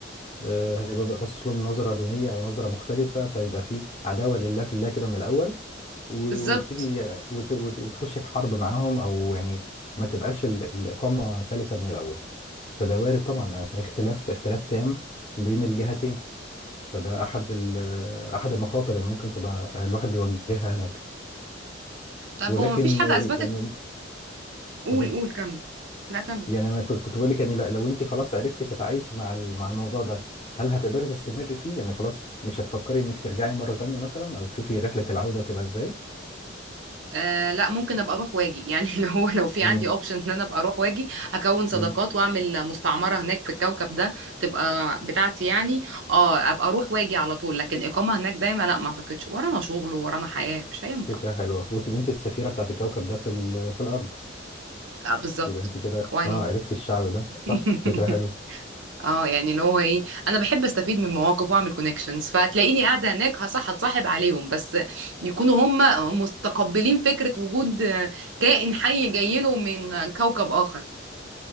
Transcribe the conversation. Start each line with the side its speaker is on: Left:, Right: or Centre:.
Left: آه، هيبقى بقى باصص لهم نظره دونيه او نظره مختلفه فيبقى في عداوه لله في الله كده من الاول و-
Right: بالظبط
Left: ويبتدي وت- وت- وتخش في حرب معاهم او يعني ما تبقاش ال- الاقامه سلسه من الاول فده وارد طبعا اختلاف اختلاف تام بين الجهتين فده احد ال- احد المخاطر اللي ممكن تبقى الواحد بيواجهها هناك
Right: طب
Left: ولكن
Right: هو ما فيش حاجة اثبتت
Left: يعني اتفضلي
Right: قول قول كم لا كم
Left: يعني انا كنت كنت بقول لك يعني لا- لو انت خلاص عرفتي تتعايشي مع ال- مع الموضوع ده هل هتقدري تستمري فيه يعني خلاص مش هتفكري انك ترجعي مرة تانية مثلا او تشوفي رحلة العودة تبقى ازاي
Right: آه لا ممكن ابقى اروح واجي يعني <laughs> اللي هو لو في
Left: امم
Right: عندي اوبشن ان انا ابقى اروح واجي هكون صداقات
Left: امم
Right: واعمل مستعمره هناك في الكوكب ده تبقى بتاعتي يعني اه ابقى اروح واجي على طول لكن اقامه هناك دايما لا ما اعتقدش ورانا شغل ورانا حياه مش هينفع
Left: فكرة حلوة وتبقي انت السفيرة بتاعت الكوكب ده في ال... في الارض
Right: آه بالظبط
Left: يبقى انت كده
Right: واي
Left: اه
Right: نوت
Left: عرفتي الشعب ده
Right: <laughs>
Left: صح فكرة حلوة
Right: اه يعني اللي هو ايه انا بحب استفيد من مواقف واعمل كونكشنز فتلاقيني قاعده هناك هصح اتصاحب عليهم بس يكونوا هم مستقبلين فكره وجود كائن حي جاي له من كوكب اخر